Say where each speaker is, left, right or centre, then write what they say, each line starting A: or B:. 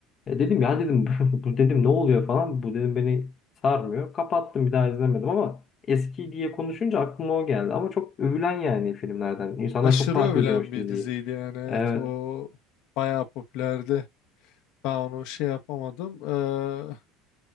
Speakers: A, on the left; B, on the left.
A: E dedim ya dedim <laughs> bu dedim ne oluyor falan. Bu dedim beni sarmıyor. Kapattım bir daha izlemedim ama eski diye konuşunca aklıma o geldi. Ama çok övülen yani filmlerden. İnsanlar
B: Aşırı
A: çok takip
B: övülen
A: ediyormuş
B: bir
A: diziyi.
B: diziydi yani. Evet
A: Evet.
B: o bayağı popülerdi. Ben onu şey yapamadım. Ee,